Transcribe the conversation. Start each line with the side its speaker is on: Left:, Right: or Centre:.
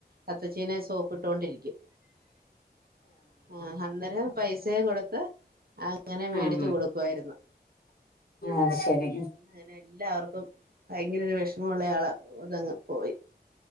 Right: അത്തച്ചീനെ സോപ്പിട്ടൊണ്ടിരിക്കും ആഹ് അന്നേരം പൈസയും കൊടുത്ത് അങ്ങനെ മേടിച്ചു
Left: ഉം
Right: കൊടുക്കുവായിരുന്നു
Left: അത് ശരി
Right: അതുകൊണ്ട് അങ്ങനെ എല്ലാവർക്കും ഭയങ്കര ഒരു വിഷമുള്ളയാളാ ഇതങ്ങ് പോയി